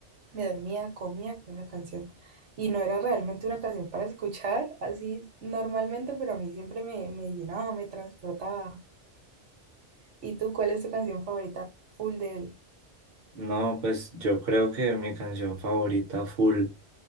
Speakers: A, on the right; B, on the right.
A: me dormía, comía con esa canción. Y no era realmente una canción para escuchar así normalmente, pero a mí siempre me, me llenaba, me transportaba. ¿Y tú cuál es tu canción favorita? Full de él.
B: No, pues yo creo que mi canción favorita full,